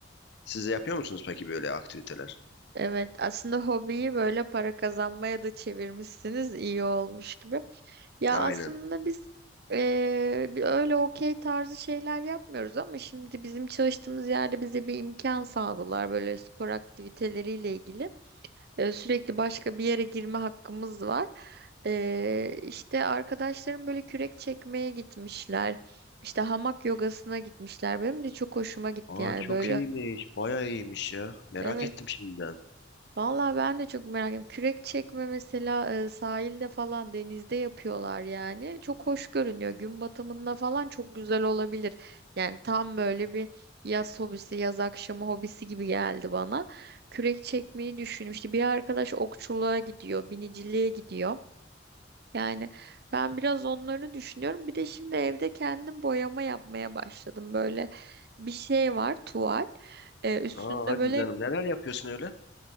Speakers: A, on the left; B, on the right.
A: Siz de yapıyor musunuz peki böyle aktiviteler?
B: Evet, aslında hobiyi böyle para kazanmaya da çevirmişsiniz, iyi olmuş gibi. Ya
A: Aynen.
B: aslında biz eee, bir öyle okey tarzı şeyler yapmıyoruz ama şimdi bizim çalıştığımız yerde bize bir imkan sağladılar böyle spor aktiviteleriyle ilgili. E, sürekli başka bir yere girme hakkımız var. E, işte arkadaşlarım böyle kürek çekmeye gitmişler. İşte hamak yogasına gitmişler. Benim de çok hoşuma gitti
A: Aa
B: yani
A: çok
B: böyle.
A: iyiymiş. Bayağı iyiymiş ya. Merak
B: Evet.
A: ettim şimdiden.
B: Vallahi ben de çok merak ediyorum. Kürek çekme mesela e, sahilde falan denizde yapıyorlar yani. Çok hoş görünüyor. Gün batımında falan çok güzel olabilir. Yani tam böyle bir yaz hobisi, yaz akşamı hobisi gibi geldi bana. Kürek çekmeyi düşünmüştü. Bir arkadaş okçuluğa gidiyor, biniciliğe gidiyor. Yani ben biraz onları düşünüyorum. Bir de şimdi evde kendim boyama yapmaya başladım. Böyle bir şey var, tuval. E, üstünde
A: Aa hadi
B: böyle
A: canım neler yapıyorsun öyle?